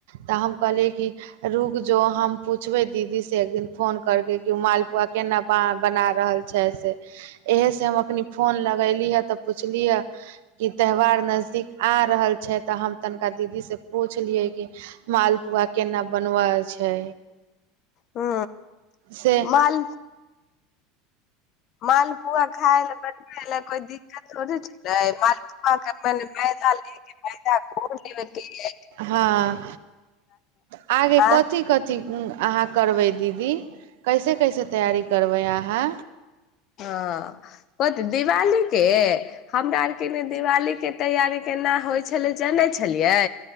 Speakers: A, on the right; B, on the left.
A: तऽ हम कहलियै कि रुक जो हम पूछबै दीदीसँ एकदिन फोन करके कि ओ मालपुआ केना बना रहल छै से एहे से हम अखनी फोन लगली हे तऽ पुछली हे कि त्यौहार नजदीक आ रहल छै तऽ हम तनिका दीदी से पूछलियै कि मालपुआ केना बनब छै
B: हू
A: से
B: माल मालपुआ खाय लए बनबै लए कोइ दिक्कत थोड़ छलै मालपुआके अपन पैा लेके पैसा कोर लेबैके
A: हँ आगे
B: आ
A: कथी कथी अहाँ करबै दीदी कैसे कैसे तैयारी करबै अहाँ
B: हँ दिवाली के हमरा आरके ने दिवाली के तैयारी केना होइ छलै जानै छलियै